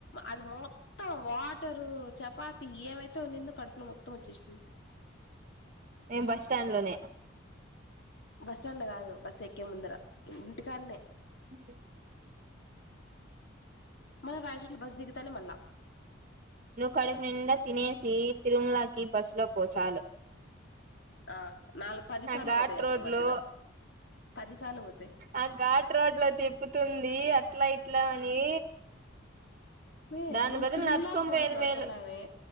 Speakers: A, on the left; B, on the right.
A: అది మొత్తం వాటరు చెప్ పాత ఏమైతే ఉన్నిందో కడుపులో మొత్తం వచ్చేసింది.
B: మేం బస్ స్టాండ్ లోనే
A: బస్టాండ్ లో కాదు బస్ ఎక్కే ముందర ఇంటికాడనే
B: హ్
A: మన రాయచట్లు బస్ దిగుతానే మళ్ళా
B: నువ్వు కడుపు నిండా తినేసి తిరుమలకి బస్లో పోచాలు
A: ఆ నాలుగు పది
B: ఆ
A: సార్లు
B: ఘాట్
A: పోతాయి అప్పుడు
B: రోడ్
A: మధ్యలో
B: లో
A: పది సార్లు పోతాయి
B: ఆ ఘాట్ రోడ్ లో తిప్పుతుంది అట్లా ఇట్లా ఇలా అని
A: మే
B: దాని
A: నువ్వు
B: బదులు
A: తిరుమలాకు
B: నడుచుకొని
A: బోల్స్
B: పోయేది
A: న అవసరంలామే
B: మేలు